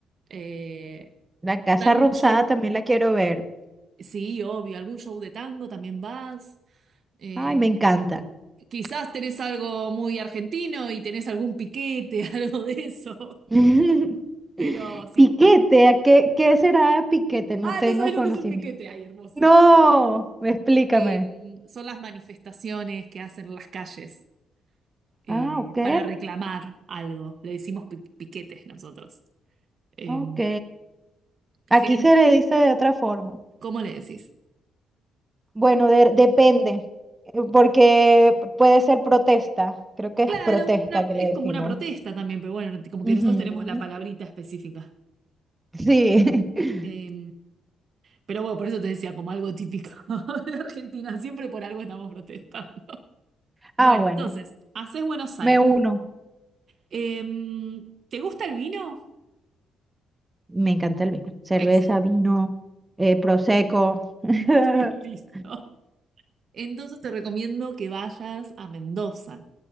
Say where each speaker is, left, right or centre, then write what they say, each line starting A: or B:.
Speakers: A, on the right; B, on the right.
A: eh,
B: La Casa
A: andá a algún
B: Rosada
A: show,
B: también la quiero ver.
A: sí, obvio, algún show de tango también vas. eh,
B: Ay, me encanta.
A: quizás tenés algo muy argentino y tenés algún piquete, <laughs> algo de eso.
B: <laughs>
A: Pero sí.
B: Piquete,
A: em-
B: ¿a qué, qué será Piquete? No
A: Ah,
B: tengo
A: no sabes lo
B: conocimiento.
A: que es un piquete. Ay, hermoso.
B: No, explícame.
A: Eh, son las manifestaciones que hacen en las calles eh,
B: Ah, ok,
A: para reclamar algo. Le decimos pi- piquetes nosotros. Eh,
B: ok.
A: gen-
B: Aquí se le dice de otra forma.
A: ¿cómo le decís?
B: Bueno, de- depende, eh, porque puede ser protesta. Creo que
A: Claro,
B: es protesta
A: una-
B: que le
A: es
B: decimos.
A: como una protesta también, pero bueno, como
B: Ujú.
A: que nosotros tenemos la palabrita específica.
B: Sí. <laughs>
A: Eh, pero bueno, por eso te decía, como algo típico <laughs> de Argentina, siempre por algo estamos protestando. Bueno,
B: Ah, bueno,
A: entonces, haces Buenos Aires.
B: me uno.
A: Eh, ¿te gusta el vino?
B: Me encanta el vino. Cerveza,
A: Excelente.
B: vino, eh, prosecco.
A: <laughs>
B: <laughs>
A: Listo. Entonces te recomiendo que vayas a Mendoza,